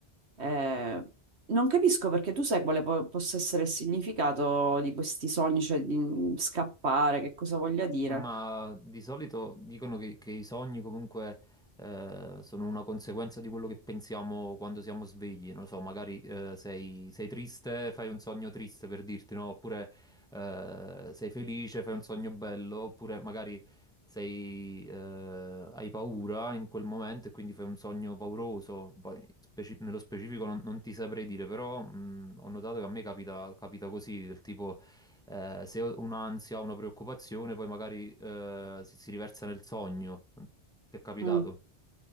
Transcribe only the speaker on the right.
Eh, non capisco perché tu sai quale po- possa essere il significato di questi sogni, cioè di mh, scappare, che cosa voglia dire.
Mm.